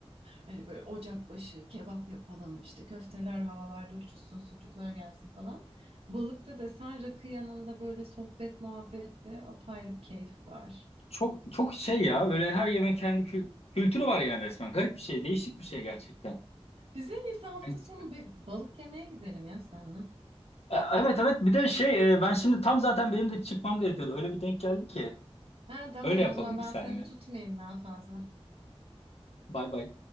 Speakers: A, on the right; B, on the left.
A: Hani böyle ocak başı kebap yapalım, işte köfteler havalarda uçuşsun, sucuklar gelsin falan. Balıkta desen rakı yanında böyle sohbet muhabbette apayrı bir keyfi var.
B: Çok çok şey ya böyle her yemeğin kendi kül- kültürü var yani resmen. Garip bir şey, değişik bir şey gerçekten.
A: Bize en iyisi hafta
B: Evet
A: sonu bir balık yemeye gidelim ya seninle.
B: E, evet evet. bir de şey e, ben şimdi tam zaten benim de çıkmam gerekiyordu. Öyle bir denk geldi ki.
A: Ha tamam
B: Öyle yapalım
A: o zaman
B: biz
A: ben
B: seninle.
A: seni tutmayayım daha fazla.
B: Bay bay.